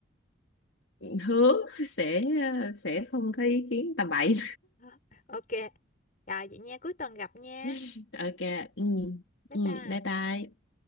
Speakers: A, on the left (about 75°); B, on the left (about 45°).
A: hứa sẽ ờ, sẽ không có ý kiến tầm bậy
B: <laughs> Ok Rồi vậy nha cuối tuần gặp nha
A: <laughs> ok ừ
B: Bye
A: ừ
B: bye
A: bye bye